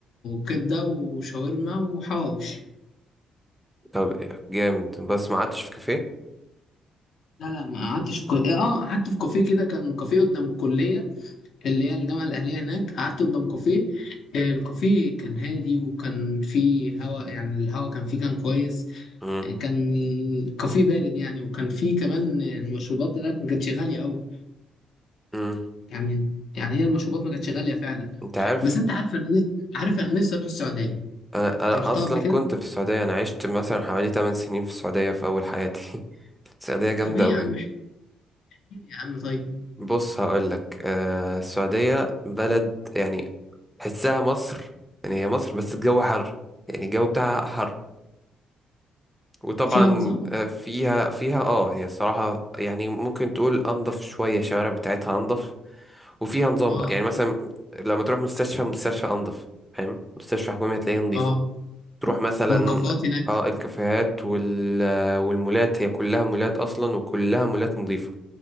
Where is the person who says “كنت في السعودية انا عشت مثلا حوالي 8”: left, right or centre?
Centre